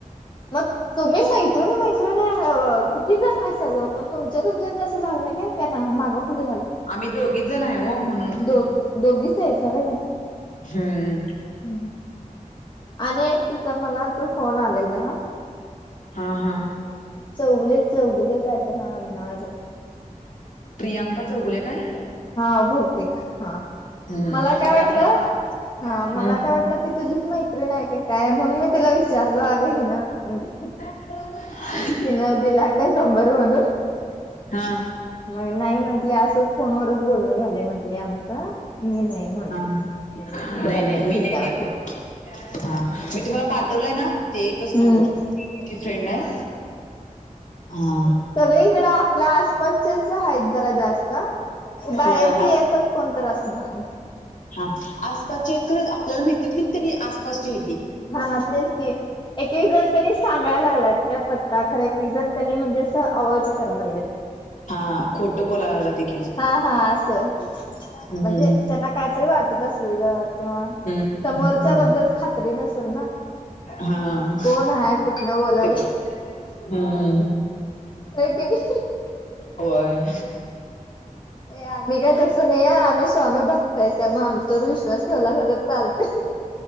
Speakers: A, on the left; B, on the left.
A: मग. तुम्ही मैत्रिण मैत्रिण किती जण आहे ग? तुमच्या तुमच्यात असं झालं ना का? त्यांना मागं पुढे झालंत
B: आम्ही दोघीच जण आहे हो, म्हणून.
A: दो दोघीच आहेसा होय.
B: हम्म.
A: हम, आणि तिच्या मला तू फोन आलेल?
B: हा हा.
A: चौगले चौगले काय तर आडनाव आहे बघ.
B: प्रियांका चौगुले काय?
A: हा बहुतेक हा.
B: हम्म
A: मला काय वाटलं,
B: पण आलता
A: हा मला
B: हम्म
A: काय वाटलं, ती तुझीच मैत्रीण. त्रीन आहे की काय, म्हणून मी तिला विचारलं अगं ही ना म्हणजे.
B: <unintelligible>
A: तिन दिला तर नंबर म्हणून
B: हा.
A: मग नाही म्हंटले असंच फोनवरच बोलणं झालंय म्हंटले आमचं नाही नाही. म्हटले
B: हा नाही
A: बरं
B: नाही
A: बर ठीक
B: मी नाही
A: आहे म्हटलं
B: गेल हा मी तुम्हाला पाठवलंय ना ते एकच नंबर.
A: हम्म
B: ती फ्रेंड आहे हा.
A: सगळीकडे आपल्या आसपासचेच आहेत जरा जास्त की बाहेरचे
B: होय हाय
A: एकच. कोण तर असणार आणि
B: हा आसपासच्या आहेत खरंच आपल्याला माहिती की तनी आसपासच्या आहे ती.
A: हा तेच की एक एक जण कणी सांगायला लागलात का पत् त खरं एक एक जण म्हणजे असं अवॉइड्स करायला लागलेत.
B: हा खोटं बोलायला लागलेत.
A: हा हा असं
B: हम्म
A: म्हणजे त्यांना काहीतरी वाटत असेल ग. किंवा
B: हम्म.
A: समोरच्या बद्दल खात्री नसेल ना.
B: हा
A: कोण आहे कुठन बोलालय
B: तिकडं हम्म.
A: होय की नाही.
B: होय.
A: ए आम्ही काय तसं नाही आहे आम्ही स्वामी भक्त त्यामुळे आमच्यावर विश्वास ठेवलासा तर चालतय.